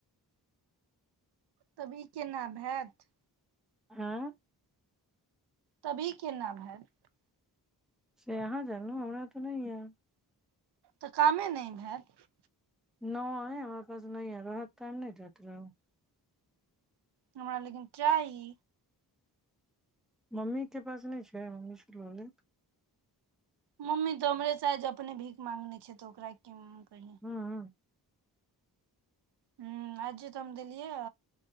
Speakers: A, on the right; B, in the centre.
A: तब ई केना भैत
B: हँ
A: तभी केना भैत
B: से अहाँ जानु हमरा तऽ नहि यै
A: तऽ कामे नहि भैत
B: नहि हमरा पास नहि यै रहत तऽ नहि दैत रहौ
A: हमरा लेकिन चाहि
B: मम्मी के पास नहि छै मम्मी से लऽ लेब
A: मम्मी तो हमरेसे आज अपने भीख माँगने छै तऽ ओकरा कि बढ़िआ
B: हँ
A: ह आ जे तऽ हम देलियै